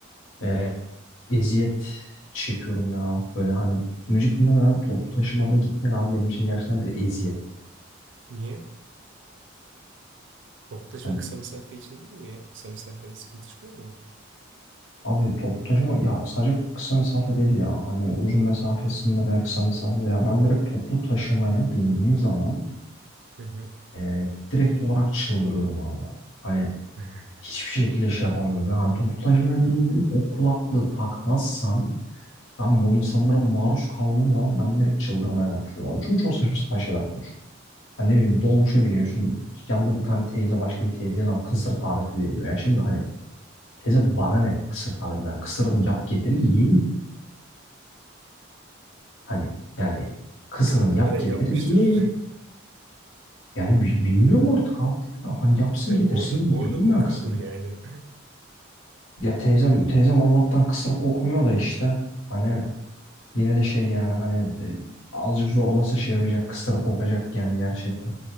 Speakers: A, on the left (about 80°); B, on the right (about 65°).
A: e, eziyet çekiyorum ya. Böyle hani müzik dinlemeden toplu taşımada gitmek abi benim için gerçekten bir eziyet.
B: Niye? Toplu taşıma
A: Hani
B: kısa mesafe için değil mi ya? Kısa mesafede sıkıntı çıkıyor mu?
A: abi toplu taşıma ya sadece kısa mesafe değil ya. Hani uzun mesafesinde de kısa mesafede ya. Ben direkt toplu taşımaya bindiğim zaman
B: Hı hı.
A: e, direkt olarak çıldırıyorum abi. Hani
B: <laughs>
A: hiçbir şekilde şey yapamıyorum. Yani toplu taşımaya bindim o kulaklığı takmazsam Tamam bu insanlara maruz kaldığım zaman ben direkt çıldırmaya başlıyorum. Abi. Çünkü çok saçma sapan şeyler konuştum. Hani ne bileyim dolmuşa biniyorsun. Yanında bir tane teyze başka bir teyzeye lan kısır tarifi veriyor. Ya şimdi hani teyze bana ne kısır tarifinden? Kısırını yap getir yiyeyim. Hani yani kısırını
B: Ya muhtemelen
A: yap
B: yapmıştır.
A: getir yiyeyim.
B: <laughs>
A: Yani bi- bilmiyorum artık abi. de ya. Hani yapsın
B: Yani
A: getirsin
B: orada orada
A: yiyeyim
B: kokuyordur
A: ben kısırı.
B: yani.
A: Ya teyzem teyzem Allah'tan kısır kokmuyor da işte. Hani yine de şey yani hani de- azıcık zorlasa şey yapacak kısır kokacak yani gerçekten.